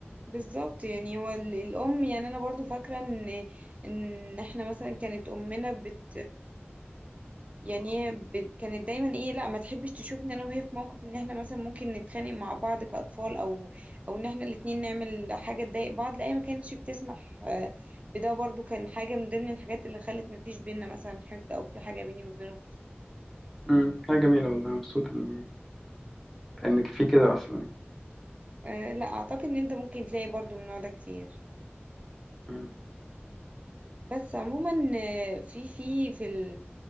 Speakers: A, on the right; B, in the centre.
A: بالظبط يعني هو ال- الام يعني انا برضو فاكره ان ان احنا مثلا كانت امنا بت يعني هي ب- كانت دايما ايه لا ما تحبش تشوفني انا وهي في موقف ان احنا مثلا ممكن نتخانق مع بعض كأطفال او او ان احنا الاتنين نعمل حاجة تضايق بعض لا هي ما كانتش بتسمح آه، بده برضو كان حاجة من ضمن الحاجات اللي خلت ما فيش بينا مثلا حقد او في حاجة بيني وبين اختي
B: امم حاجه جميله والله مبسوط ان انك في كده اصلا يعني
A: أه لا اعتقد ان انت ممكن تلاقي برضو من النوع ده كتير
B: مم.
A: بس عموما آه، في في في ال-